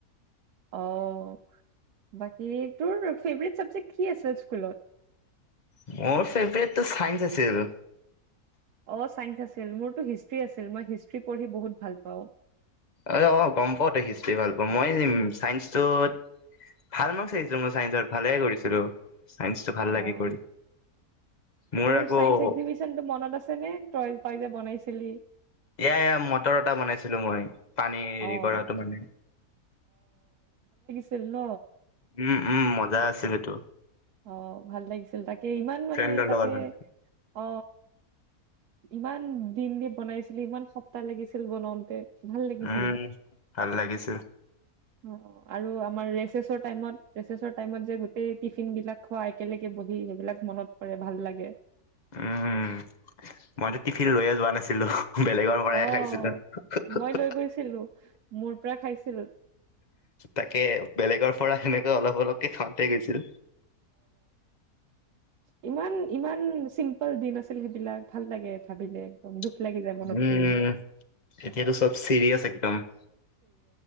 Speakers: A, on the right; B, on the left.
A: অহ, বাকী তোৰ ফেভাৰিট চাবজেক্ট কি আছিল স্কুলত
B: মোৰ ফেভাৰিটতো চাইন্স আছিল
A: অ চাইন্স আছিল মোৰতো হিষ্ট্ৰ্ৰী আছিল মই হি ষ্ট্ৰী পঢ়ি বহুত ভাল পাওঁ
B: এই অ গম পাওঁ তই হিষ্ট্ৰী ভাল পাওঁ মই ই চাইন্সটোত ভাল মাৰ্কছ আহিছিল মোৰ চাইন্সত ভালে কৰিছিলো চাইন্সটো ভাল
A: অ',
B: লাগে কৰি মোৰ
A: তোৰ
B: আকৌ
A: চাইন্স এক্সিবিশ্বনটো মনত আছে নে তই তই যে বনাই ছিলি
B: এয়া এয়া মটৰ এটা বনাইছিলো মই পানী হেৰি
A: অ',
B: কৰাটো মানে
A: ছিল ন
B: উম উম মজা আছিলেতো।
A: অ' ভাল লাগিছিল তাকে ইমান মানে
B: ফ্ৰেণ্ডৰ
A: তাতে
B: লগত মানে।
A: অ'। ইমান দিন দি বনাইছিলি ইমান সপ্তাহ লাগিছিল বনাওঁতে। ভাল লাগিছিল।
B: উম, ভাল লাগিছিল।
A: অ' আৰু আমাৰ ৰেচেচৰ টাইমত ৰেচেচৰ টাইমত যে গোটেই টি ফিন বিলাক খোৱা একেলগে বহি সেইবিলাক মনত পৰে ভাল লাগে।
B: উম উম মইতো টিফিন লৈয়ে যোৱা নাছিলো। বেলেগৰ পৰাই
A: অ',
B: খাইছিলো হু হু
A: মই
B: হু
A: লৈ গৈছিলো মোৰ পৰা খাইছিল
B: তাকে বেলেগৰ পৰা সেনেকে অলপ অলপকে খাওঁতে গৈছিল
A: অ'ইমান ইমান চিম্পল দিন আছিল সেইবিলাক ভাল লাগে ভাবিলে একদম দুখ
B: উম,
A: লাগি যায় মনত
B: এতিয়াতো
A: পৰিলে
B: চব চিৰিয়াছ একদম।